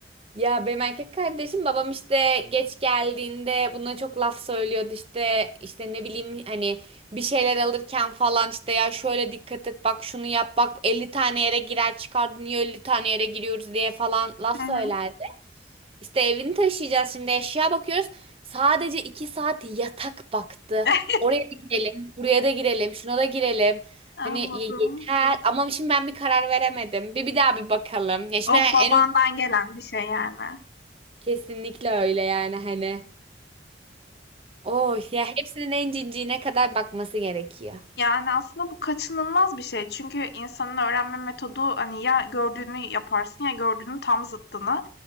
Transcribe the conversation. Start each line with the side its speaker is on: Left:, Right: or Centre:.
Right: Ya benim erkek kardeşim babam işte geç geldiğinde buna çok laf söylüyordu işte işte ne bileyim hani bir şeyler alırken falan işte ya şöyle dikkat et bak şunu yap bak 50 tane yere girer çıkar niye 50 tane yere giriyoruz diye falan laf
Left: Hı hı.
Right: söylerdi. İşte evini taşıyacağız şimdi eşya bakıyoruz sadece 2 saat yatak baktı
Left: <laughs>
Right: oraya da girelim buraya da girelim şuna da girelim.
Left: Anladım.
Right: Hani ye- yeter ama şimdi ben bir karar veremedim. Bir bir daha bir bakalım. Ya şimdi
Left: O babandan
Right: en uygun
Left: gelen bir şey yani.
Right: Kesinlikle öyle yani hani. Oh ya hepsinin en cinciğine kadar bakması gerekiyor.
Left: Yani, aslında bu kaçınılmaz bir şey. Çünkü insanın öğrenme metodu, hani, ya gördüğünü yaparsın ya gördüğünün tam zıttını.